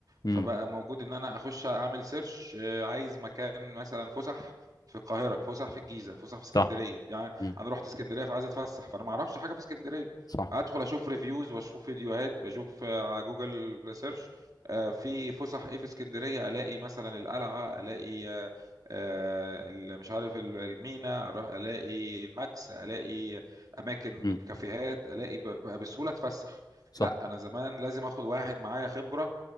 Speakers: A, on the left (about 55°); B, on the right (about 55°).
A: امم
B: فبقى موجود ان انا اخش اعمل سيرش آه عايز مكان مثلا فسح في القاهره فسح في الجيزه فسح في اسكندريه
A: صح
B: يعني
A: امم
B: انا رحت اسكندريه فعايز اتفسح فانا ما اعرفش حاجه في اسكندريه
A: صح
B: ادخل اشوف ريفيوز واشوف فيديوهات واشوف آه، على جوجل سيرش آه في فسح ايه في اسكندريه الاقي مثلا القلعه الاقي آه، آه، ال- مش عارف ال- المينا اروح الاقي الماكس الاقي اماكن
A: امم
B: كافيهات الاقي ب- بقى بسهوله اتفسح
A: صح
B: لا انا زمان لازم اخد واحد معايا خبره